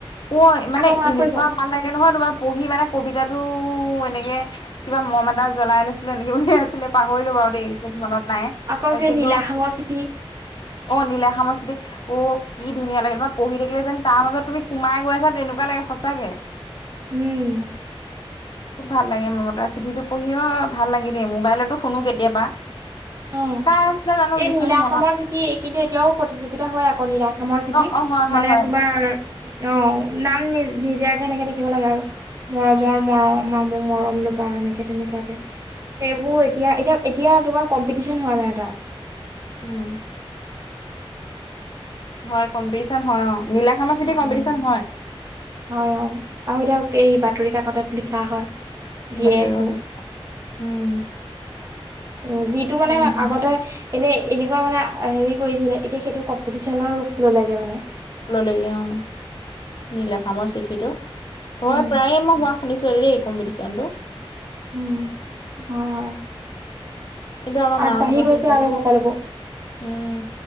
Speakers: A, on the left; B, on the right.
A: ঐ মানে
B: আকৌ মনত
A: এনেকুৱা
B: পৰিব অ
A: ভাল লাগে নহয়। তোমাৰ পঢ়ি মানে কবিতাটো এনেকে কিবা ম'ম এডাল জ্বলাই লৈছিলোঁ এনেকে কিবা আছিলে। পাহৰিলোঁ বাৰু দেই, বিশেষ মনত নাই
B: আকৌ কি
A: কিন্তু।
B: নীলাখামৰ চিঠি
A: অ' নীলখামৰ চিঠি। অ' কি ধুনীয়া লাগে তোমাৰ পঢ়ি থাকিলে যেন তাৰ মাজত তুমি সোমাই গৈ আছা, তেনেকুৱা লাগে সঁচাকে।
B: উম
A: খুব ভাল লাগে মমতাৰ চিঠিটো পঢ়িও ভাল লাগে দেই মোবাইলটো শুনো কেতিয়াবা
B: অ'
A: কাৰ আছিলে জানো
B: এই
A: লিখনি
B: নীলাখামৰ
A: মনত
B: চিঠি, কিন্তু এতিয়াও প্ৰতিযোগিতা হয় আকৌ নীলা খামৰ চিঠি
A: অ অ হয় হয়
B: মানে
A: হয়
B: তোমাৰ অ' নাম নি নিদিয়াকে এনেকে লিখিব লাগে আৰু মৰমৰ,
A: অ
B: মৰম মোৰ মৰম ল'বা এনেকে তেনেকুৱাকে, সেইবোৰ এতিয়া এতিয়া এতিয়া তোমাৰ কম্পিটিচন হয় মানে এটা।
A: উম। হয়, কম্পিটিচন হয় অ' নীলাখামৰ চিটি
B: হয়,
A: কম্পিটিচন
B: অ'
A: হয়
B: হয় অ' আৰু এতিয়া এই বাতৰি কাকতত লিখা হয়। দিয়ে
A: বাতৰি
B: এইবোৰ
A: কাকত উম,
B: উম, যি টোৰ মানে
A: উম।
B: আগতে, এনেই এনেকুৱা। এনেকুৱা মানে হেৰি কৰিছিলে এতিয়া সেইটো কম্পিটিচনৰ ৰূপ ললেগে মানে
A: ললেগে অ', নীলাখামৰ চিঠিটো। হয়',
B: উম
A: প্ৰায়ে মই হোৱা শুনিছোঁ দেই এই কম্পিটিছন টো
B: উম' হয়', হয়।
A: কিন্তু আমাৰ
B: আগবাঢ়ি
A: মা হঁতৰ
B: গৈছে
A: কি কবি
B: আৰু সকলোবোৰ
A: উম'